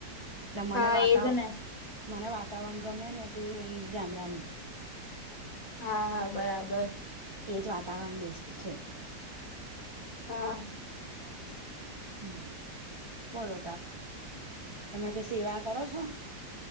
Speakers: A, on the right (about 35°); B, on the left (about 50°).
A: એટલે મને
B: હા
A: વાતાવરણ
B: એજ ને
A: મને વાતાવરણ ગમે ને તે અહી ગામડાનું જ
B: હા હા બરાબર
A: એજ વાતાવરણ બેસ્ટ છે
B: હા
A: હમ બોલો તમે કઈ સેવા કરો છો